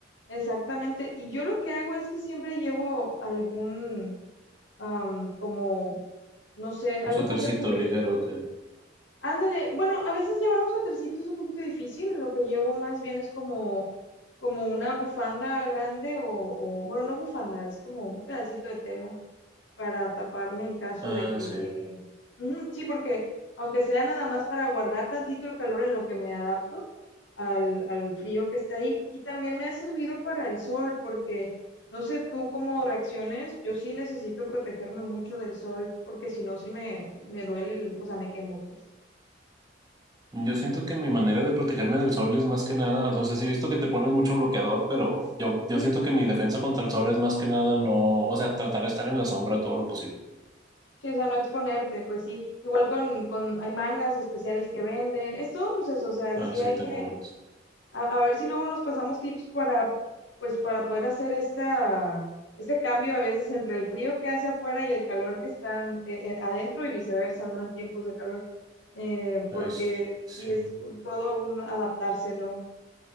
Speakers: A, on the left (about 75°); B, on the right (about 20°).
A: Exactamente. Y yo lo que hago es que siempre llevo algún, am, como, no sé, algo
B: Un suétercito
A: con que cubrirme.
B: ligero que...
A: Ándale, bueno, a veces llevar un suétercito es un poquito difícil, lo que llevo más bien es como, como una bufanda grande o, o, bueno, no bufanda, es como un pedacito de tela para taparme en caso
B: Ah,
A: de que
B: sí.
A: llegue. Ujú, sí, porque aunque sea nada más para guardar tantito el calor en lo que me adapto al, al frío que está ahí, y también me ha servido para el sol, porque no sé tú cómo reacciones, yo sí necesito protegerme mucho del sol, porque si no, sí me, me duele, el- o sea, me quemo, pues.
B: Yo siento que mi manera de protegerme del sol es más que nada, o sea, sí he visto que te pones mucho bloqueador, pero yo, yo
A: Ujú,
B: siento que mi defensa contra el sol es más que nada no, o sea, tratar de estar en la sombra todo lo posible.
A: Sí, o sea, no exponerte, pues sí. Igual con, con, hay mangas especiales que venden. Es todo un proceso, o sea,
B: Ah,
A: sí
B: sí,
A: hay
B: tengo
A: que
B: unas.
A: A, a ver si luego nos pasamos tips para, pues, para poder hacer esta, este cambio a veces entre el frío que hace afuera y el calor que están eh, eh, adentro y viceversa, ¿no? En tiempos de calor. Eh, porque
B: Ay, sí,
A: sí
B: sí,
A: es un- todo un adaptarse, ¿no?